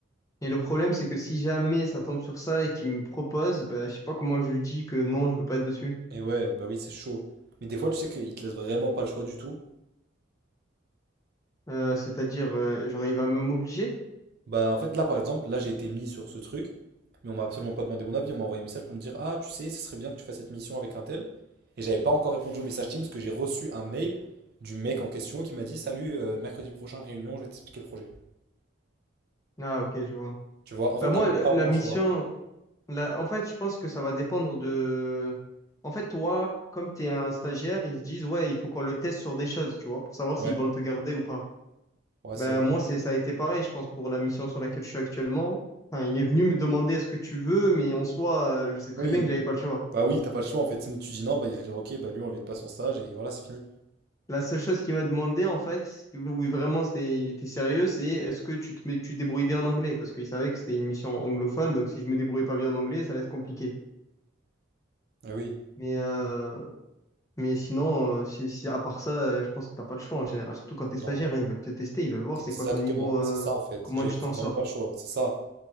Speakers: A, on the left; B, on the right.
A: Et le problème, c'est que si jamais ça tombe sur ça et qu'il me propose, bah, je sais pas comment je lui dis que non, je veux pas être dessus.
B: Et ouais, bah oui, c'est chaud. Mais des fois, tu sais qu'ils te laissent vraiment pas le choix du tout.
A: Euh, c'est-à-dire, euh, genre, il va me m'obliger?
B: Bah en fait, là par exemple, là j'ai été mis sur ce truc, mais on m'a absolument pas demandé mon avis. On m'a envoyé un message pour me dire, ah, tu sais, ce serait bien que tu fasses cette mission avec un tel. Et j'avais pas encore répondu au message Teams parce que j'ai reçu un mail du mec en question qui m'a dit, salut, euh, mercredi prochain, réunion, je vais t'expliquer le projet.
A: Ah, ok, je vois.
B: Tu vois, en fait,
A: Bah,
B: t'as
A: moi, la,
B: pas
A: la
B: vraiment
A: mission,
B: le choix.
A: la- en fait, je pense que ça va dépendre de. En fait, toi, comme tu es un stagiaire, ils se disent, ouais, il faut qu'on le teste sur des choses, tu vois, pour savoir
B: Ouais,
A: s'ils vont te garder ou pas.
B: ouais,
A: Bah,
B: c'est vrai.
A: moi, c'est, ça a été pareil, je pense, pour la mission sur laquelle je suis actuellement. Enfin, il est venu me demander est-ce que tu veux, mais en soi, euh, je sais très
B: Oui,
A: bien que j'avais pas le choix.
B: Bah oui, t'as pas le choix en fait. Sinon tu dis non, bah il va dire ok, bah lui on valide pas son stage et voilà, c'est fini.
A: La seule chose qu'il m'a demandé, en fait, oui, vraiment c'était t'es sérieux, c'est est-ce que tu te mets, tu te débrouilles bien en anglais? Parce qu'il savait que c'était une mission anglophone, donc si je me débrouille pas bien en anglais, ça allait être compliqué.
B: Ah oui,
A: Mais, euh, mais sinon, euh, si, si- à part ça, euh, je pense que t'as pas le choix en général, surtout quand t'es stagiaire,
B: non,
A: hein, ils veulent te tester, ils veulent voir
B: exactement,
A: c'est quoi ton niveau, euh,
B: c'est ça en fait.
A: comment
B: J'ai
A: tu t'en
B: vraiment
A: sors.
B: pas le choix, c'est ça.